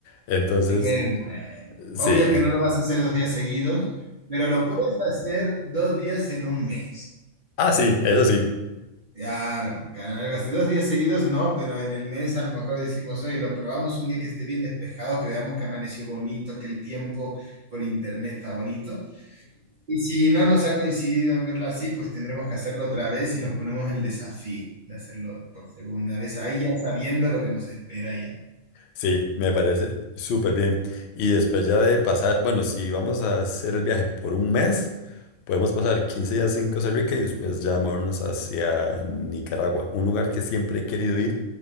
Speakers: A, on the left (about 60°); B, on the right (about 40°).
A: Entonces,
B: Qué bueno. Obvio
A: sí.
B: que no lo vas a hacer dos días seguidos, pero lo puedes hacer dos días en un mes.
A: Ah, sí, eso sí.
B: Claro, claro, algo así. Dos días seguidos no, pero en el mes a lo mejor decimos, oye, lo probamos un día que esté bien despejado, que veamos que amaneció bonito, que el tiempo por internet está bonito. Y si no nos ha coincidido en verla así, pues tendremos que hacerlo otra vez y nos ponemos el desafío de hacerlo por segunda vez, ahí ya sabiendo lo que nos espera ya.
A: Sí, me parece súper bien. Y después ya de pasar, bueno, si vamos a hacer el viaje por un mes, podemos pasar 15 días en Costa Rica y después ya movernos hacia Nicaragua, un lugar que siempre he querido ir.